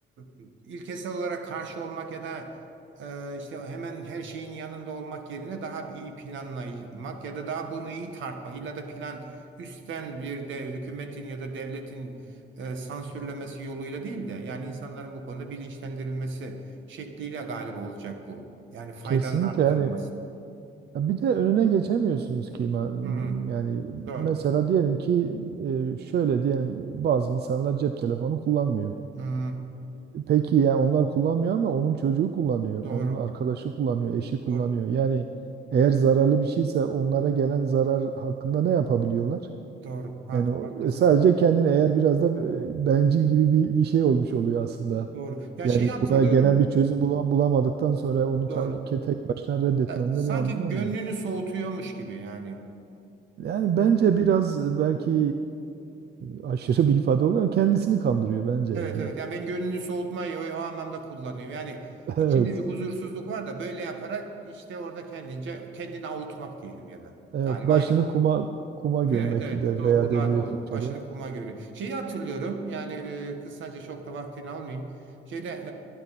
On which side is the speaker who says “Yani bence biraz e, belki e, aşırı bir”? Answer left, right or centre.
Right